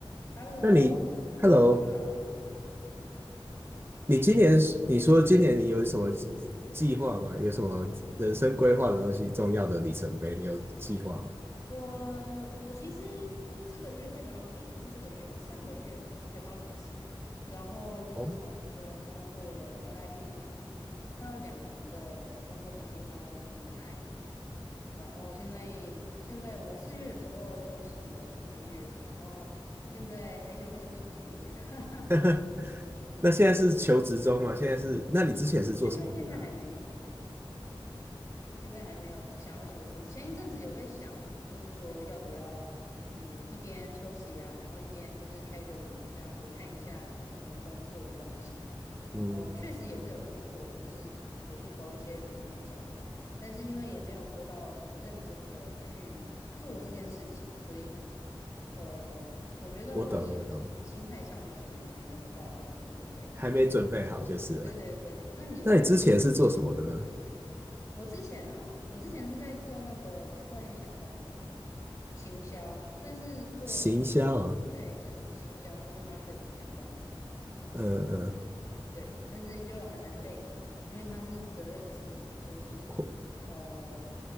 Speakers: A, on the left; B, on the right.
A: Hello，
B: 那你，Hello，
A: 嗯，
B: 你今年是你说今年你有什么呃计划吗？
A: 是，
B: 有什么人生规划的东西，重要的里程碑，你有计划吗？
A: 我我其实这个月才刚，诶，不是这个月哦，上个月才刚离职，然后就是从一个工作了大概一一快要两年的工作环境当中离开，
B: 哦，
A: 然后现在现在我四月的时候休息了一个月，然后现在还想再休息久一点，<laughs>
B: <laughs> 那现在是求职中嘛？现在是，那你之前是做什么的呢？
A: 现在现在还没有，现在还没有想要求职，前一阵子有在想，就是说要不要，嗯，一边休息啊，然后一边就是 casually 这样子看一下那个工作的东西，然后确实也是有这么做，
B: 嗯，
A: 就是有去投一些履历什么的，但是因为也没有说到很认真的去做这件事情，所以，呃，我觉得我自己的心心态上面可能也还没有到完全准备好。
B: 我懂，我懂，还没准备好就是了
A: 对对对，那你呢？
B: 那你之前是做什么的呢？
A: 我之前哦，我之前是在做那个区块链相关的行销，算是做那个
B: 行销啊，
A: 对是行销，就是 marketing 相关的，
B: 嗯嗯，
A: 对，但是就还蛮累的，因为它是责任制的，所以
B: 我
A: 呃，